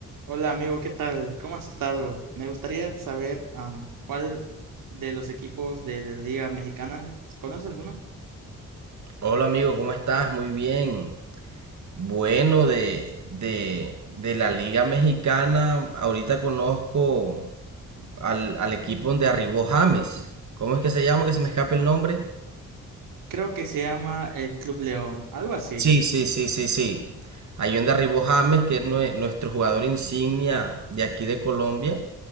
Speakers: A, on the right; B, on the right.
A: Hola amigo, ¿qué tal? ¿Cómo has estado? Me gustaría saber am, cuál de los equipos de la Liga Mexicana, ¿conoces alguno?
B: Hola amigo, ¿cómo estás? Muy bien. Bueno, de, de, de la Liga Mexicana, ahorita conozco al, al equipo donde arribó James. ¿Cómo es que se llama? Que se me escape el nombre.
A: Creo que se llama el Club León, algo así.
B: Sí, sí, sí, sí, sí. Ahí donde arribó James, que es nue- nuestro jugador insignia de aquí de Colombia.